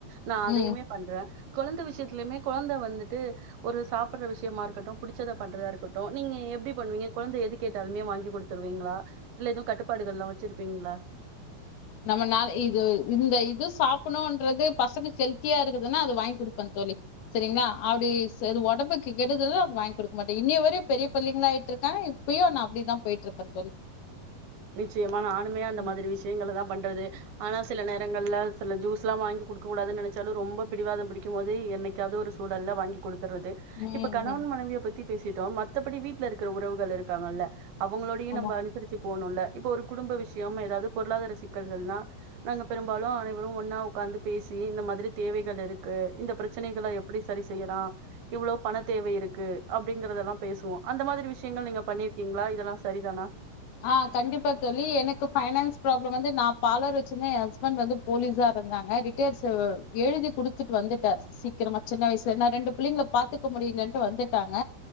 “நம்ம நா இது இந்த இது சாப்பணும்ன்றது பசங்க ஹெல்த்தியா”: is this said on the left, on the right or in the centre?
Left